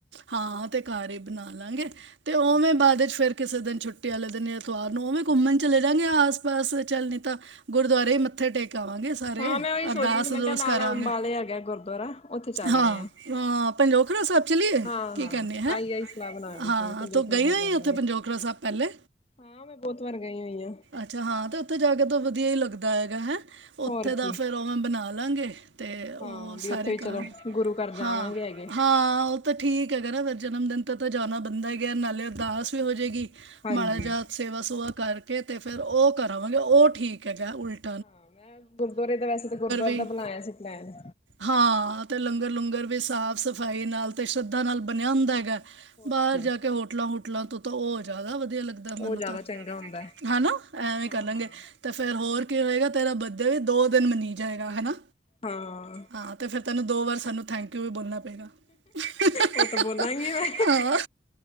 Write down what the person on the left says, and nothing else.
ਹਾਂ ਮੈਂ ਉਹੀ
ਸੋਚ ਰਹੀ ਸੀ ਮੈਂ
ਕਿਹਾ ਨਾਲ
ਅੰਬਾਲੇ ਹੈਗਾ ਗੁਰਦੁਆਰਾ ਉੱਥੇ ਚੱਲਦੇ
ਆ
ਹਾਂ-ਹਾਂ
ਆਈ-ਆਈ ਸਲਾਹ ਬਣਾਣ ਡਈ
ਸੀ ਪੰਜੋਖਰਾ
ਸਾਹਿਬ
ਜਾਵਾਂਗੇ
ਹਾਂ ਮੈਂ ਬਹੁਤ ਵਾਰ ਗਈ ਹੋਈ ਹਾਂ
ਹੋਰ
ਕੀ
ਹਾਂ
ਵੀ ਉੱਥੇ ਵੀ
ਚਲੋ ਗੁਰੂ ਘਰ
ਜਾਵਾਂਗੇ ਹੈਗੇ।
ਹਾਂਜੀ।
ਹਾਂ ਮੈਂ ਗੁਰੂਦੁਆਰੇ ਦਾ ਵੈਸੇ ਤਾਂ ਗੁਰੂਦੁਆਰੇ
ਦਾ ਬਣਾਇਆ ਸੀ ਪਲੈਨ
ਹੋਰ
ਕੀ।
ਉਹ
ਜ਼ਿਆਦਾ
ਚੰਗਾ ਹੁੰਦਾ ਹੈ
ਹਾਂ
ਹਾਂ।
ਹਾਂ
ਉਹ ਤਾਂ ਬੋਲਾਂਗੀ ਮੈਂ